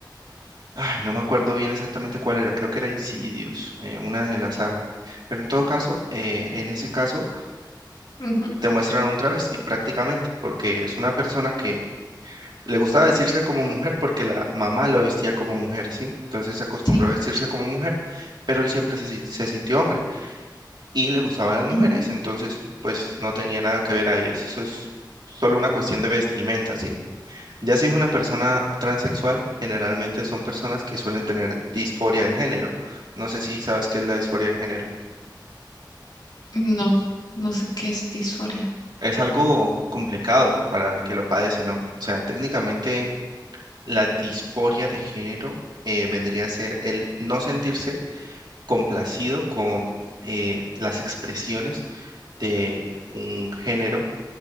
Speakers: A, on the right; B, on the left.
A: Ay, no me acuerdo bien exactamente cuál era, creo que era Insidious, eh, una de la saga. Pero en todo caso, eh, en ese caso,
B: Ujú,
A: te muestran a un travesti prácticamente, porque es una persona que le gustaba vestirse como mujer porque la mamá lo vestía como mujer, ¿sí? Entonces se acostumbró
B: sí,
A: a vestirse como mujer, pero él siempre se, si- se sintió hombre y le gustaban las mujeres,
B: ujú.
A: entonces pues no tenía nada que ver ahí, es- eso es solo una cuestión de vestimenta, ¿sí? Ya si es una persona transexual, generalmente son personas que suelen tener disforia de género. No sé si sabes qué es la disforia de género.
B: No, no sé qué es disforia.
A: Es algo complicado para el que lo padece, ¿no? O sea, técnicamente la disforia de género eh, vendría a ser el no sentirse complacido con eh, las expresiones de un género,